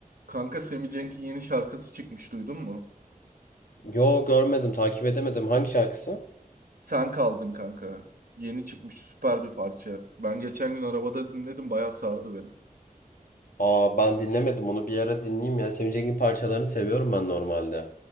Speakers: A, on the right; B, on the left.
A: Kanka Sammy Cenk'in yeni şarkısı çıkmış duydun mu?
B: Yo görmedim, takip edemedim. Hangi şarkısı?
A: Sen kaldın kanka. Yeni çıkmış süper bir parça. Ben geçen gün arabada dinledim bayağı sardı beni.
B: Aa ben dinlemedim onu bir ara dinleyeyim ya. Semih Cengiz'in parçalarını seviyorum ben normalde.